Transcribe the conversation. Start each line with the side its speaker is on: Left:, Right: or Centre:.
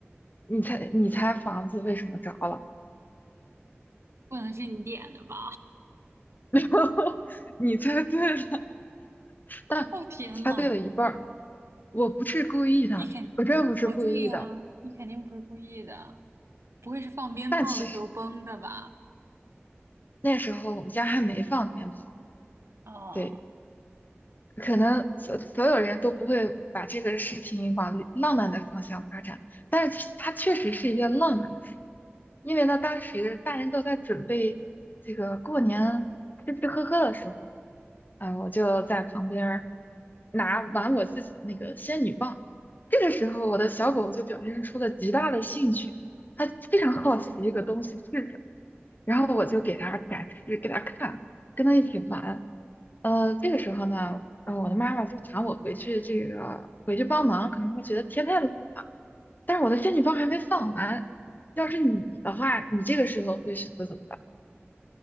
Left: 你猜，你猜房子为什么着了？
Right: 不能是你点的吧？
Left: <laughs> 然后你猜对了，但猜对了一半儿。
Right: 哦天呐，
Left: 我不是故意的，
Right: 你肯，
Left: 我真不是故意的。
Right: 我对呀、你肯定不是故意的，不会是放鞭炮的时候崩的吧？
Left: 但其实那时候我们家还没放鞭炮，
Right: 哦，
Left: 对，可能所所有人都不会把这个事情往浪漫的方向发展，但是它确实是一件浪漫的事，因为呢，当时大人都在准备这个过年吃吃喝喝的时候，啊、我就在旁边儿拿玩我自己的那个仙女棒，这个时候我的小狗就表现出了极大的兴趣。它非常好奇一个东西是什么。然后我就给他展示，给他看，跟他一起玩。呃，这个时候呢，呃，我的妈妈就喊我回去，这个回去帮忙，可能她觉得天太冷了，但是我的仙女棒还没放完。要是你的话，你这个时候会选择怎么办？